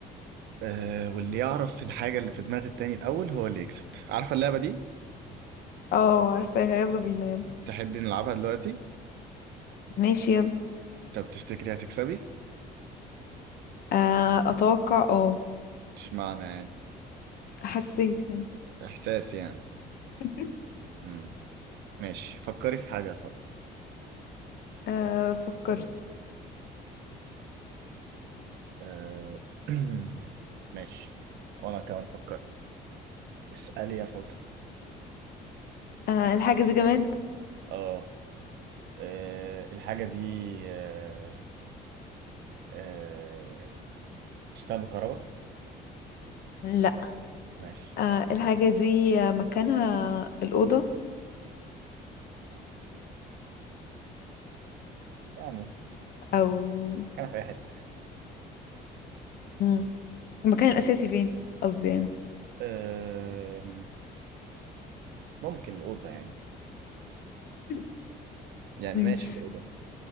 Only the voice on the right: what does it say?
أه، واللي يعرف الحاجة اللي في دماغ التاني الاول هو اللي يكسب عارفة اللعبة دي
تحبي نلعبها دلوقتي
طب تفتكري هتكسبي
مش معنى يعني
احساس يعني
مم. ماشي فكري في حاجة يا فاطمة
آه، <clears throat> ماشي وانا كمان فكرت اسألي يا فضل
اه آه، الحاجة دي آه، آه، بتشتغل بكهرباء
ماشي
يعني
كان في اي حتة يعني
آه، ممكن الأوضة يعني
يعني
ماشي الأوضة